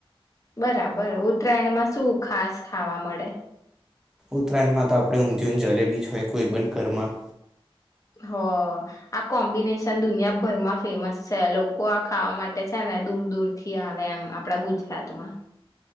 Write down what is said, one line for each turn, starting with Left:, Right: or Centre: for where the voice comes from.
Left: બરાબર ઉત્તરાયણમાં શું ખાસ ખાવા મળે
Centre: ઉત્તરાયણમાં તો આપણે ઊંધય જલેબી જ હોય કોઈ પણ ઘરમાં
Left: હ આ કોમ્બિનેશન દુનિયાભરમાં ફેમસ છે લોકો આ ખાવા માટે છે ને દૂર દૂર થી આવે એમ આપડા ગુજરાતમાં